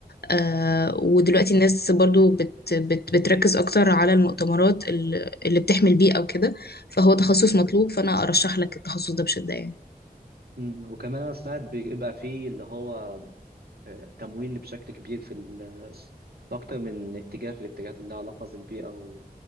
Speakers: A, on the left; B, on the right.
A: آه ودلوقتي الناس برضو بت بت بتركز أكتر على المؤتمرات ال- اللي بتحمي البيئة وكده فهو تخصص مطلوب فأنا أرشح لك التخصص ده بشدة يعني
B: مم، وكمان أنا سمعت بيبقى فيه اللي هو آه، تمويل بشكل كبير في ال- في اكتر من اتجاه في الاتجاهات اللي لها علاقه بالبيئه و...